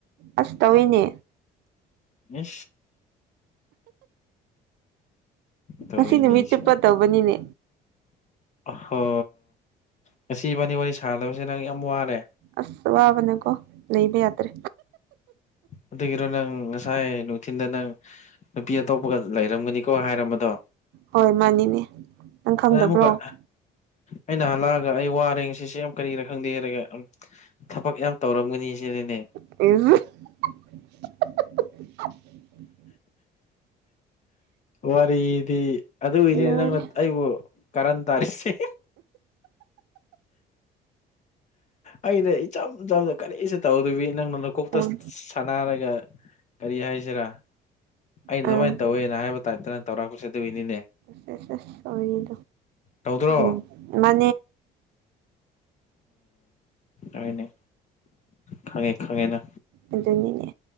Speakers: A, on the right (about 85°); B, on the left (about 45°).
A: ꯑꯁ ꯇꯧꯏꯤꯅꯦ
B: ꯎꯝ ꯇꯧꯏꯅꯦꯁꯤꯅꯦ
A: ꯉ ꯅꯨꯃꯤꯠ ꯆꯨꯞꯄ ꯇꯧꯕꯅꯤꯅꯦ
B: ꯍꯣ ꯉꯁꯤ ꯋꯥꯔꯤꯅꯤ ꯋꯥꯔꯤ ꯁꯥꯟꯗꯁ ꯅꯪ ꯌꯥꯝ ꯋꯥꯔꯦ
A: ꯑꯁ ꯋꯥꯕꯅꯦ ꯀꯣ ꯅꯕ ꯌꯥꯇꯦ
B: ꯑꯗꯨꯗꯒꯤ ꯏꯔꯣ ꯅꯪ ꯉꯁꯥꯏ ꯅꯨꯡꯊꯤꯟꯗ ꯅꯪ ꯅꯨꯄꯤ ꯑꯇꯣꯞꯄꯒ ꯂꯩꯔꯝꯒꯅꯤꯀꯣ ꯍꯥꯏꯔꯝꯕꯗꯣ
A: ꯍꯣꯏ ꯃꯥꯅꯤꯅꯦ ꯅꯪ ꯈꯪꯗꯕ꯭ꯔꯣ
B: ꯑꯨꯀ ꯑꯩꯅ ꯍꯜꯂꯛꯑꯒ ꯑꯩ ꯋꯥꯔꯦ ꯁꯤꯁꯦ ꯌꯥꯝ ꯀꯔꯤꯅ ꯈꯪꯗꯦ ꯍꯥꯏꯔꯒ ꯊꯕꯛ ꯌꯥꯝ ꯇꯧꯔꯝꯒꯅꯤ ꯁꯤꯅꯅꯦ
A: ꯏ
B: ꯋꯥꯔꯤꯗꯤ ꯑꯗꯨꯏꯅꯤꯅꯦ
A: ꯂꯣꯏꯔꯦ
B: ꯅꯪꯅ ꯑꯩꯕꯨ ꯀꯔꯟ ꯇꯥꯔꯤꯁꯤꯦ ꯑꯩꯅ ꯏꯆꯝ ꯆꯝꯅ ꯀꯔꯤꯁꯦ ꯇꯧꯗꯕꯤ ꯅꯪꯅ ꯂꯧꯀꯣꯛꯇ
A: ꯑꯥ
B: ꯁꯥꯟꯅꯔꯒ ꯀꯔꯤ ꯍꯥꯏꯁꯤꯔꯥ ꯑꯩꯅ
A: ꯑꯥ
B: ꯑꯗꯨꯃꯥꯏꯅ ꯇꯧꯋꯦꯅ ꯍꯥꯏꯕ ꯇꯥꯏꯞꯇ ꯅꯪ ꯇꯧꯔꯛꯄꯁꯦ ꯑꯗꯨꯏꯅꯤꯅꯦ
A: ꯁꯦꯁꯦ ꯁꯅꯣ
B: ꯇꯧꯗ꯭ꯔꯣ
A: ꯎꯝ ꯃ
B: ꯎꯝꯅꯦ ꯈꯉꯦ ꯈꯉꯦꯅ
A: ꯑꯗꯨꯅꯤꯅꯦ